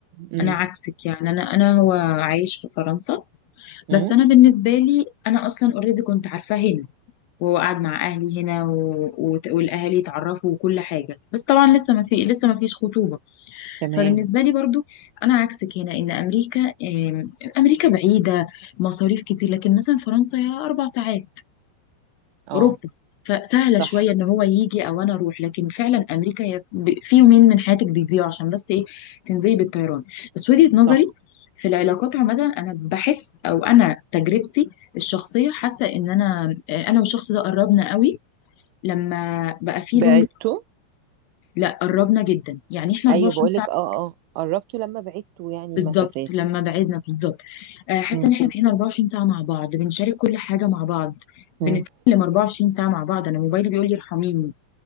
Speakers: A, on the right; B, on the left.
A: امم
B: انا عكسك يعني انا انا هو عايش في فرنسا
A: امم
B: بس انا بالنسبه لي انا اصلا اوريدي كنت عارفاه هنا وقعد مع اهلي هنا و... وت- والاهالي اتعرفوا وكل حاجه بس طبعا لسه ما في لسه ما فيش خطوبه
A: تمام
B: فبالنسبه لي برضو انا عكسك هنا ان امريكا آم، امريكا بعيده مصاريف كتير لكن مثلا فرنسا هي اربع ساعات
A: اه
B: اوروبا فسهله شويه
A: صح
B: ان هو يجي او انا اروح لكن فعلا امريكا هي ب- في يومين من حياتك بيضيعوا عشان بس ايه تنزلي بالطيران بس وجهه نظري
A: صح
B: في العلاقات عامه انا بحس او انا تجربتي الشخصيه حاسه ان انا انا والشخص ده قربنا قوي لما بقى في لونج
A: بعته
B: لا قربنا جدا يعني احنا 24
A: ايوه بقولك
B: ساعه
A: اه اه قربتوا لما بعدتوا يعني
B: بالظبط
A: المسافات
B: لما بعدنا بالظبط آه، حاسه
A: مم.
B: ان احنا بقينا 24 ساعه مع بعض بنشارك كل حاجه مع بعض بنتكلم
A: مم.
B: 24 ساعه مع بعض انا موبايلي بيقول لي ارحميني